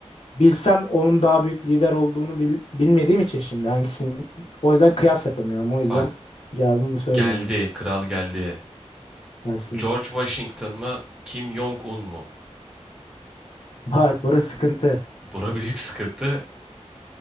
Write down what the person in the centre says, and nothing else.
Bak
geldi,
kral geldi.
George Washington mı, Kim Jong-un mu?
Bura <laughs> büyük sıkıntı.